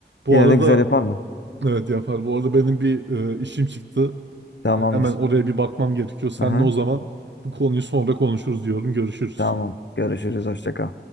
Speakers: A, on the right; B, on the left.
A: Bu
B: Yine
A: arada
B: de güzel yapar mı?
A: evet yapar. Bu arada benim bir e, işim çıktı.
B: Tamamdır.
A: Ben hemen oraya bir bakmam gerekiyor. Seninle
B: Aha,
A: o zaman bu konuyu sonra konuşuruz diyorum. Görüşürüz.
B: tamam. Görüşürüz. Hoşça kal.